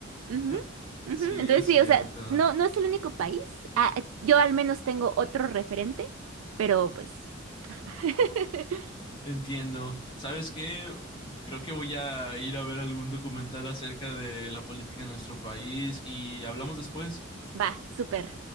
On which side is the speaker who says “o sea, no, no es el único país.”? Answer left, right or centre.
Right